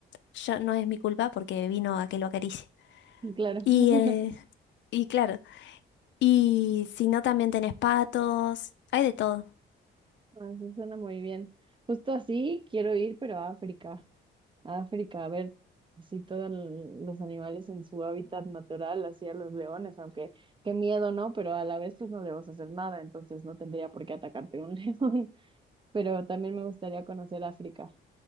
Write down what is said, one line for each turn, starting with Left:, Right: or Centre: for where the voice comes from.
Left: yo, no es mi culpa porque vino a que lo acaricie.
Right: sí, claro,
Left: Y,
Right: <laughs>
Left: eh, y claro. Y si no, también tenés patos, hay de todo.
Right: Ah, eso suena muy bien. Justo así quiero ir, pero a África, a África, a ver así todos los animales en su hábitat natural, así a los leones, aunque qué miedo, ¿no? Pero a la vez pues no le vas a hacer nada, entonces no tendría por qué atacarte un <laughs> león, pero también me gustaría conocer África,